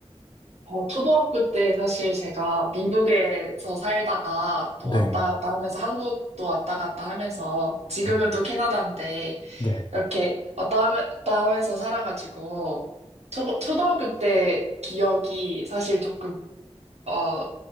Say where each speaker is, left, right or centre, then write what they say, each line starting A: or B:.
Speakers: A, on the right; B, on the left.
A: 어, 초등학교 때 사실 제가 미국에서 살다가 또
B: 네,
A: 왔다 갔다 하면서 한국도 왔다 갔다 하면서 지금은
B: 네,
A: 또 캐나다인데
B: 네,
A: 이렇게 왔다 하면- 갔다 하면서 살아가지고 초, 초등학교 때 기억이 사실 조금, 어,